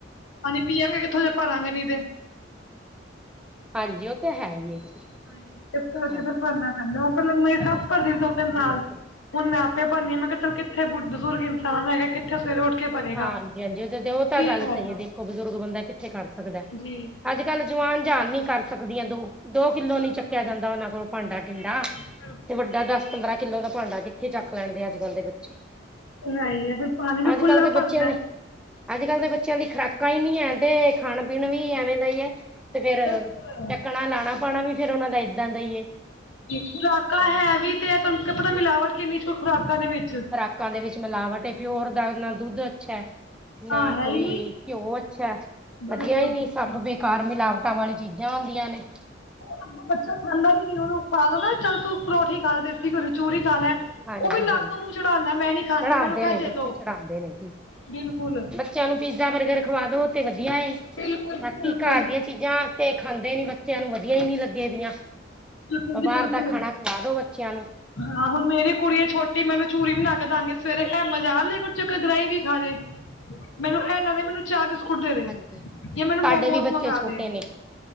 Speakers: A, on the left; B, in the centre.
A: ਪਾਣੀ ਪੀਆਂਗੇ ਕਿੱਥੋਂ ਜੇ ਭਰਾਂਗੇ ਨਹੀਂ ਤੇ
B: ਹਾਂਜੀ ਉਹ ਤਾਂ ਹੈ ਹੀ ਜੀ
A: ਹਾਂਜੀ ਇਸ ਕਰਕੇ
B: ਹਾਂਜੀ
A: ਫਿਰ ਭਰਨਾ ਪੈਂਦਾ ਪਹਿਲ ਮੇ
B: ਕਰਨਾ
A: ਸ ਭਰਦੀ ਸੀ
B: ਜ਼ਰੂਰ
A: ਦੋ ਤਿੰਨ ਸਾਲ ਹੁਣ ਮੈਂ ਆਪੇ ਭਰਨੀ ਆ ਮੈਂ ਕਿਹਾ ਚੱਲ ਕਿੱਥੇ ਬੁ ਬਜ਼ੁਰਗ ਇਨਸਾਨ ਹੈ ਕਿੱਥੇ ਸਵੇਰੇ ਉੱਠ ਕੇ ਭਰੇਗਾ
B: ਹਾਂਜੀ-ਹਾਂਜੀ ਉਹਦੇ ਤੇ ਉਹ ਤਾਂ
A: ਕੀ
B: ਗੱਲ
A: ਫਾਇਦਾ
B: ਸਹੀ ਹੈ ਦੇਖੋ ਬਜ਼ੁਰਗ ਬੰਦਾ ਕਿੱਥੇ ਕਰ ਸਕਦਾ।
A: ਜੀ
B: ਅੱਜ ਕੱਲ੍ਹ ਜਵਾਨ ਜਹਾਨ ਨੀ ਕਰ ਸਕਦੀਆਂ ਦੋ। ਦੋ
A: ਬਿਲਕੁਲ
B: ਕਿੱਲੋ ਨੀ ਚੱਕਿਆ ਜਾਂਦਾ ਉਹਨਾਂ ਕੋਲੋਂ ਭਾਂਡਾ
A: ਬਿਲਕੁਲ
B: ਟੀਂਡਾ,
A: ਜੀ ਬਿਲਕੁਲ
B: ਤੇ ਵੱਡਾ ਦਸ-ਪੰਦਰਾਂ ਕਿੱਲੋ ਦਾ ਭਾਂਡਾ ਕਿੱਥੇ ਚੱਕ ਲੈਂਣਦੇ ਅੱਜ ਕੱਲ੍ਹ ਦੇ ਬੱਚੇ।
A: ਆਈ ਹੈ ਫੇਰ ਪਾਣੀ ਵੀ
B: ਅੱਜ
A: ਖੁੱਲਾ
B: ਕੱਲ੍ਹ ਦੇ
A: ਭਰਨਾ।
B: ਬੱਚਿਆਂ ਦੀ ਅੱਜ ਕੱਲ੍ਹ ਦੇ ਬੱਚਿਆਂ ਦੀ ਖੁਰਾਕਾਂ ਹੀ ਨਹੀਂ ਹੈ ਤੇ ਖਾਣ ਪੀਣ ਵੀ ਐਵੇਂ ਦਾ ਹੀ ਹੈ। ਤੇ ਫੇਰ,
A: ਬਿਲਕੁਲ
B: ਚੱਕਣਾ ਲਾਣਾ ਪਾਣਾ ਵੀ ਫਿਰ ਉਹਨਾ ਦਾ ਏਦਾਂ ਦਾ ਈ ਏ।
A: ਖੁਰਾਕਾਂ
B: ਹਾਂ।
A: ਹੈ ਵੀ ਤੇ ਤੁਹਾਨੂੰ ਪਤਾ ਮਿਲਾਵਟ ਕਿੰਨੀ ਖੁਰਾਕਾਂ ਦੇ ਵਿੱਚ।
B: ਖੁਰਾਕਾਂ ਦੇ ਵਿੱਚ ਮਿਲਾਵਟ ਏ ਪਿਓਰ ਦਾ ਨਾ ਦੁੱਧ ਅੱਛਾ ਏ।
A: ਹਾਂ
B: ਨਾ
A: ਹੈ
B: ਕੋਈ
A: ਹੀ ਨੀ
B: ਘਿਓ ਅੱਛਾ,
A: ਬਿਲਕੁਲ
B: ਵਧੀਆ ਹੀ ਨੀ
A: ਬਿਲਕੁਲ
B: ਸਭ ਕਾਰ ਮਿਲਾਵਟਾਂ ਵਾਲੀ ਚੀਜ਼ਾਂ ਹੁੰਦੀਆਂ ਨੇ।
A: ਉਹ ਤਾਂ ਅੱਗੋ ਬੱਚਾ ਖਾਂਦਾ ਵੀ ਨੀ ਉਹਨੂੰ ਪਾ ਦੋ ਨਾ ਚੱਲ ਤੂੰ ਪਰੌਠੀ ਖਾ ਲੈ ਦੇਸੀ ਘਿਓ ਦੀ ਚੂਰੀ ਖਾ ਲੈ।
B: ਹਾਂਜੀ
A: ਉਹ ਵੀ ਨੱਕ
B: ਹਾਂਜੀ
A: ਮੂੰਹ ਚੜਾਉਂਦਾ ਮੈਂ ਨੀ ਖਾਣੀ
B: ਚੜਾਉਂਦੇ
A: ਮੈਨੂੰ
B: ਨੇ
A: ਇਹ ਦੇ
B: ਬੱਚੇ
A: ਦੋ,
B: ਚੜਾਉਂਦੇ ਨੇ ਜੀ।
A: ਬਿਲਕੁਲ।
B: ਬੱਚਿਆਂ ਨੂੰ ਪੀਜ਼ਾ ਬਰਗਰ ਖਵਾਦੋ ਤੇ ਵਧੀਆ ਏ,
A: ਬਿਲਕੁਲ ਜੀ
B: ਹੱਥੀ
A: ਬਿਲਕੁਲ
B: ਘਰ ਦੀਆਂ ਚੀਜ਼ਾਂ ਤੇ ਖਾਂਦੇ ਨੀ ਬੱਚਿਆਂ ਨੂੰ ਵਧੀਆ ਹੀ ਨੀ ਲੱਗੇ ਦੀਆਂ।
A: ਬਿਲਕੁਲ
B: ਬਿਮਾਰ
A: ਜੀ ਬਿਲਕੁਲ
B: ਦਾ ਖਾਣਾ ਖਵਾ ਦੋ ਬੱਚਿਆਂ ਨੂੰ।
A: ਹਾਂ ਹੁਣ ਮੇਰੀ ਕੁੜੀ ਹੈ ਛੋਟੀ ਮੈ ਉਹਨੂੰ ਚੂਰੀ ਵੀ ਬਣਾ ਕੇ ਦਵਾਂਗੇ ਸਵੇਰੇ ਇਹ ਮਜ਼ਾਲ ਆ ਲੈ ਵਿੱਚੋ ਇੱਕ ਗਰਾਹੀ ਵੀ ਖਾ ਜੇ। ਮੈਨੂੰ ਇਹ ਨਾਂ ਦੇ ਮੈਨੂੰ ਚਾਹ ਬਿਸਕੁਟ ਦੇ ਦੇ,
B: ਹਾਂਜੀ।
A: ਜਾਂ ਮੈਨੂੰ
B: ਸਾਡੇ
A: ਮੋਮੋਸ
B: ਵੀ ਬੱਚੇ
A: ਮੰਗਾ
B: ਛੋਟੇ
A: ਦੇ।
B: ਨੇ